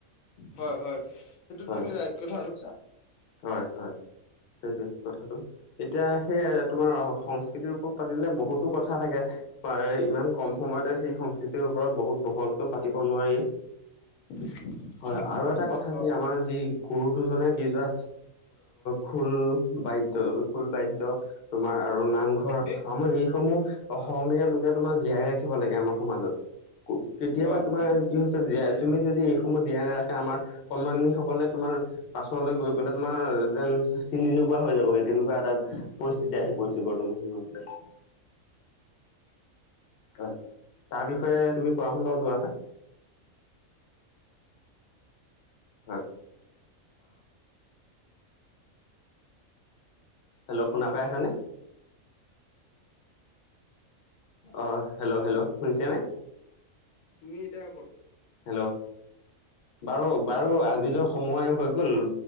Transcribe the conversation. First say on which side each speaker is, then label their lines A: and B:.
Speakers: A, on the left (about 75°); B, on the left (about 50°).
A: হয় হয় সেইটো
B: হয়
A: তুমি ৰাইট কথা কৈছা।
B: হয় হয় সেইটোৱে কথাটো এতিয়া সেই তোমাৰ সং সৃতিৰ ওপৰত পাতিলে বহুতো কথা থাকে। পাৰে ইমান খন। সময়তে সেই সংস্কৃতিৰ ওপৰত বহুত বহলকৈ পাতিব নোৱাৰি।
A: <inaudible>
B: হয় আৰু এটা কথা
A: হয়
B: কি আমাৰ যি গুৰু দুজনে দি যোৱা খোল। বাদ্যয় খোল বাদ্যয় তোমাৰ আৰু নাম ধৰ
A: হয়
B: আমাৰ এইসমূহ অসমীয়া লোকে তোমাৰ জীয়াই ৰাখিব লাগে আমাৰ সমাজত। কো কেতিয়াবা
A: হয়।
B: তোমাৰ কি হৈছে জীয়াই তুমি যদি এইসমূহ জীয়াই নাৰাখে আমাৰ সন্মানীসকলে তোমাৰ পাছলৈ গৈ পেলাই তোমাৰ যেন চিনি নোপোৱা হৈ যাবগে তেনেকুৱা এটা পৰিস্থিতি আহি পৰিছে বৰ্তমান সময়ত। হয়, তাৰ বিষয়ে তুমি কোৱা চোন বাৰু দুআষাৰ। হয়। হেল্লো' শুনা পাই আছা নে? অ', হেল্লো', হেল্লো' শুনিছেনে?
A: তুমি এতিয়া বৰ্ত
B: হেল্লো' বাৰু বাৰু
A: যে
B: আজিলৈ সময় হৈ
A: অসমৰ
B: গ'ল।